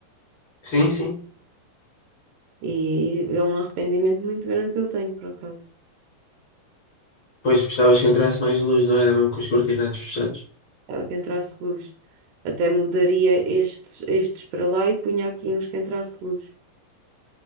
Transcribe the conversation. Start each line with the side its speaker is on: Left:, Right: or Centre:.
Left: Sim, sim.
Right: E é um arrependimento muito grande que eu tenho, por acaso,
Left: Pois gostavas que entrasse mais luz, não era mesmo com os cortinados fechados.
Right: ah, que entrasse luz. Até mudaria estes, estes para lá e punha aqui uns que entrasse luz.